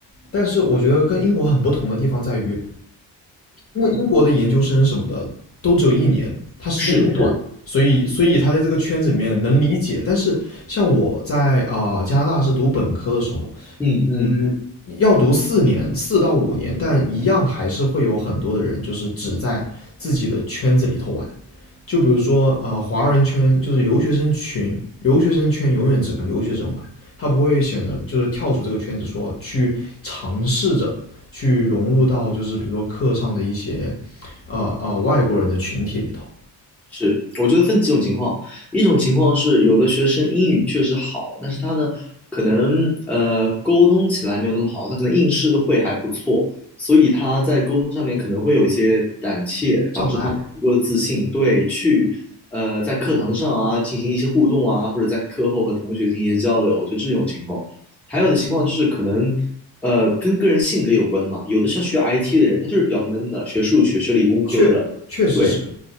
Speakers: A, on the left; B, in the centre.
A: 但是我觉得跟英国很不同的地方在于，因为英国的研究生什么的都只有一年，他时间很短，
B: 是是，
A: 所以所以他在这个圈子里面能理解。但是像我在啊、呃加拿大是读本科的时候，
B: 嗯嗯，
A: 嗯，要读四年，四到五年，但一样还是会有很多的人，就是只在自己的圈子里头玩。就比如说，呃，华人圈就是留学生群，留学生圈永远只跟留学生玩，他不会选择就是跳出这个圈子说，去尝试着去融入到就是比如说课上的一些，呃呃外国人的群体里头。
B: 是，我觉得分几种情况，一种情况是有的学生英语确实好，但是他呢，可能呃沟通起来没有那么好，他可能应试会还不错，所以他在沟通上面可能会有一些胆怯，
A: 障碍
B: 导致他没有足够的自信，对，去呃在课堂上啊进行一些互动啊，或者在课后和同学进行一些交流，我觉得这种情况，还有的情况就是可能。呃，跟个人性格有关嘛。有的像学 IT 的人，他就是比较闷的，学数学、学理工科的，
A: 确确实是，
B: 对，